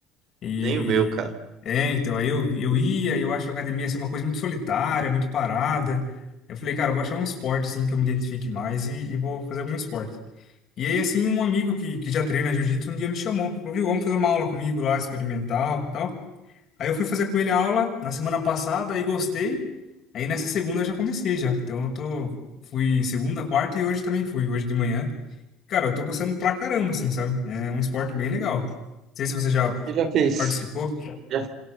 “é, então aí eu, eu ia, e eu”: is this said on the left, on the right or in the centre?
Left